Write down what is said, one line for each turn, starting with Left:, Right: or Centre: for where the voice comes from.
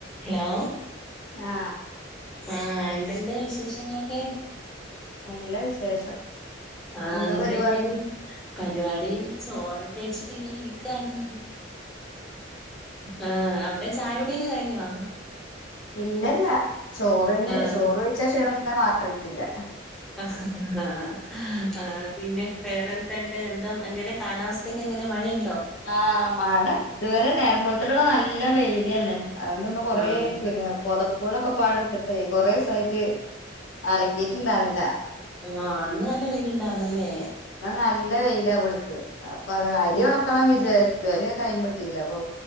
Centre: Hello
Left: ആ
Centre: ആ എന്തുണ്ട് വിശേഷങ്ങളൊക്കെ
Left: നല്ല വിശേഷം
Centre: ആ
Left: എന്താ
Centre: എന്തു
Left: പരിപാടി
Centre: ചെയ്യാരുന്നു പരിപാടി ചോറൊക്കെ കഴിച്ചിട്ട് ഇങ്ങനെ ഇരിക്കാണ് ആ അവിടെ ചായകുടിയൊക്കെ കഴിഞ്ഞോ
Left: ഇല്ലല്ല ചോറിന്
Centre: ആഹ്
Left: ചോറ് കഴിച്ച ക്ഷീണം ഇതുവരെ മാറിട്ടില്ല
Centre: ആ ആ ആ പിന്നെ വേറെ ക്കെണ്ട് എന്താ എങ്ങനെ കാലാവസ്ഥയൊക്കെങ്ങനെ മഴയി
Left: ആ മഴ ഇതുവരെ നേരം വെളുത്തിട്ടൊക്കെ നല്ല വെയിലാണ് അതുകൊണ്ടിന്ന് കൊറേ
Centre: ആഹ്
Left: പിന്നെ പൊതപ്പുകളൊക്കെ പാഴത്തിട്ടെ കൊറെ ഇസായിട്ട് അലക്കീട്ടിണ്ടാരുന്നില്ല
Centre: ആ ഇന്ന് നല്ല വെയിലിണ്ടാർന്നല്ലേ
Left: ആ നല്ല വെയിലാ ഇവിടുക്കെ അപ്പൊ അത് അരി
Centre: ഓഹ്
Left: ഒണക്കണം വിചാരി ഇതു വരെ ടൈം കിട്ടിയില്ല അപ്പൊ